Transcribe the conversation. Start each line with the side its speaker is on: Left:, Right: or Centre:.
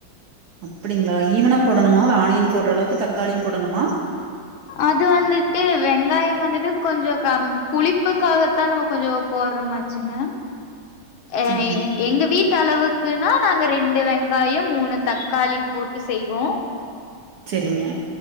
Right: அப்படிங்களா ஈவனா போடணுமா ஆணியன் போடுற அளவுக்கு தக் தக்காளியும் போடணுமா
Left: அது வந்துட்டு வெங்காயம் வந்துட்டு கொஞ்சம் கம் புளிப்புக்காகத்தான் நம்ம கொஞ்சம் போடுறமாச்சுங்க அஹ
Right: செரிங்க
Left: எங்க வீட் எந்தளவுக்குன்னா நாங்க ரெண்டு வெங்காயம் மூணு தக்காளி போட்டு செய்வோம்
Right: சேரிங்க